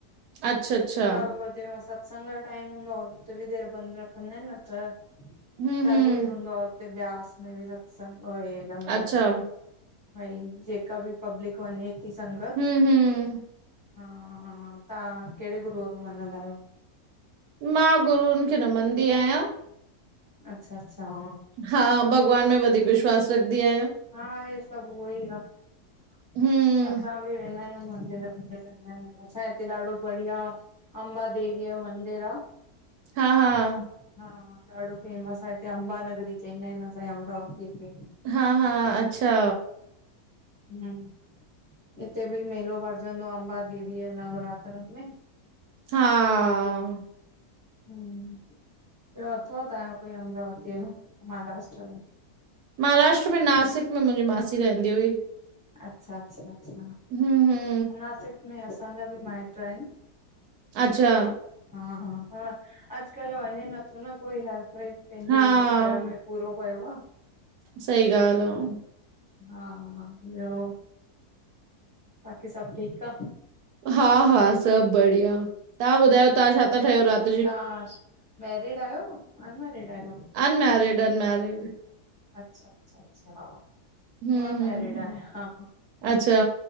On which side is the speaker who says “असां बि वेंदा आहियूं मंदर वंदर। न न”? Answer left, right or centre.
Left